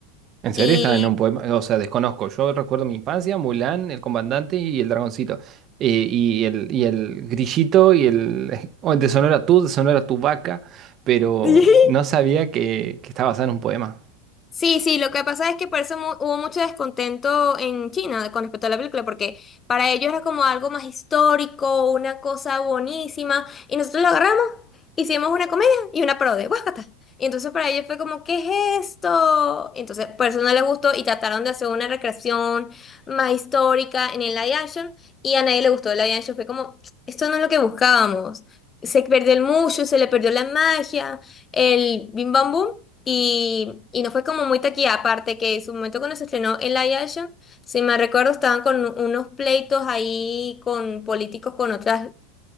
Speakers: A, on the right (about 35°); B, on the left (about 20°).
A: ¿En serio?
B: Y
A: Estaba en un poema. O sea, desconozco. Yo recuerdo mi infancia, Mulan, el comandante y el dragoncito. Eh, y el, y el grillito y el... <laughs> O en Te sonora tú, te sonora tu vaca. Pero
B: <laughs>
A: no sabía que, que estaba basada en un poema.
B: Sí, sí, lo que pasa es que por eso mu- hubo mucho descontento en China con respecto a la película, porque para ellos era como algo más histórico, una cosa buenísima, y nosotros lo agarramos, hicimos una comedia y una parodia, ¡guácata! Y entonces para ellos fue como, ¿qué es esto? Entonces por eso no les gustó y trataron de hacer una recreación más histórica en el live action, y a nadie le gustó el live action, fue como, esto no es lo que buscábamos. Se perdió el mushu, se le perdió la magia, el bim bam boom. Y, y no fue como muy taquilla, aparte que en su momento cuando se estrenó el live action, si me recuerdo, estaban con u- unos pleitos ahí con políticos con otros